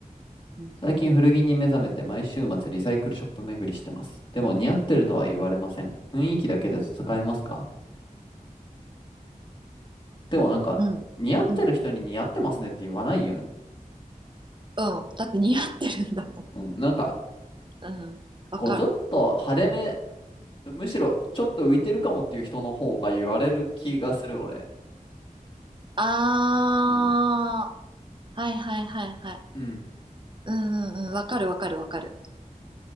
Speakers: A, on the right; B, on the left.
A: うん
B: 最近古着に目覚めて毎週末リサイクルショップ巡りしてます。でも似合ってるとは言われません。雰囲気だけで戦えますかでもなんか、
A: うん。
B: 似合ってる人に似合ってますねって言わないよね。
A: うん。うん。だって似合ってるんだもん。
B: うん。うんなんか、
A: うん。わかる。
B: こう、ちょっと派手め、むしろちょっと浮いてるかもっていう人の方が言われる気がする、俺。
A: あー。
B: うん。
A: はいはいはいはい。
B: うん。
A: うんうんうん。わかるわかるわかる。